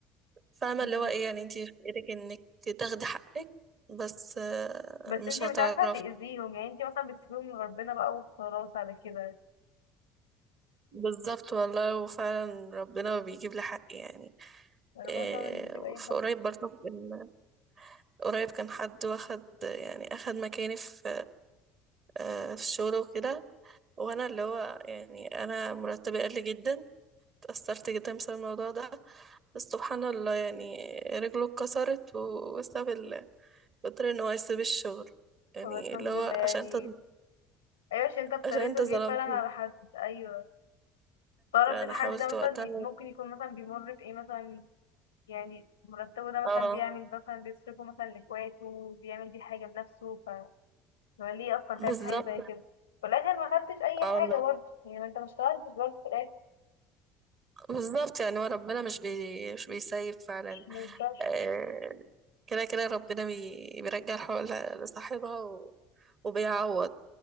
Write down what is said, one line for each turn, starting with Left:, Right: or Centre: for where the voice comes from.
Right: فاهمة
Left: مم.
Right: اللي هو ايه يعني انتي في ايدك انك تاخدي حقك بس آه،
Left: بس
Right: مش
Left: انتي
Right: هتعرفي
Left: مش عارفة تأذيهم يعني انتي مثلا بتسيبيهم من ربنا بقى وخلاص على كده
Right: بالظبط والله وفعلا ربنا بيجيب لي حقي يعني
Left: ربنا
Right: إيه
Left: طبعا مش بيسيب اي
Right: في
Left: حد
Right: قريب برضه كان- قريب كان حد واخد يعني اخد مكاني في آه، في الشغل وكده وانا اللي هو يعني انا مرتبي قل جدا اتأثرت جدا بسبب الموضوع ده بس سبحان الله يعني رجله اتكسرت وبسبب ال- اضطر ان هو يسيب الشغل يعني
Left: طب الحمد
Right: اللي هو
Left: لله يعني
Right: عشان انت
Left: ايوه عشان انت افتريت
Right: عشان انت
Left: وجيت
Right: ظلمت
Left: فعلا على حد ايوه متعرفش
Right: انا
Left: الحد
Right: حاولت
Left: ده مثلا
Right: وقتها
Left: ي- ممكن يكون مثلا بيمر بايه مثلا يعني مرتبه ده
Right: اه
Left: مثلا بيعمل مثلا بيصرفه مثلا لاخواته بيعمل بيه حاجة لنفسه ف هو ليه اصلا تعمل
Right: بالظبط
Left: حاجة زي كده في الاخر ما خدتش اي
Right: اه
Left: حاجة برضه يعني ما انت ما اشتغلتش برضه في الاخر
Right: بالظبط يعني هو ربنا مش بي... مش بيسيب فعلا
Left: ما
Right: آه، كده كده ربنا بي... بيرجع الحق ل- لصاحبها و... وبيعوض